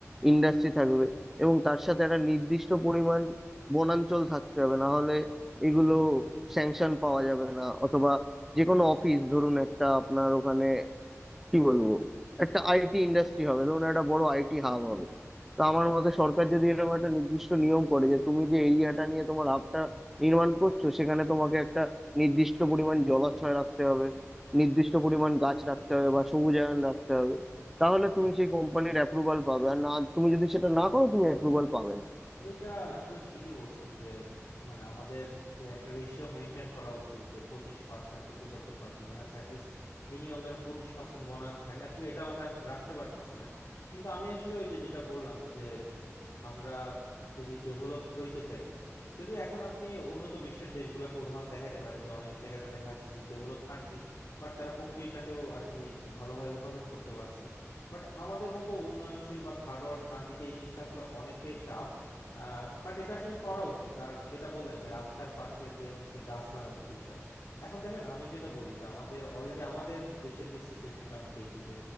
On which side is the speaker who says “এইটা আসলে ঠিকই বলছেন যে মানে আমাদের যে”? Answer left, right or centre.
Left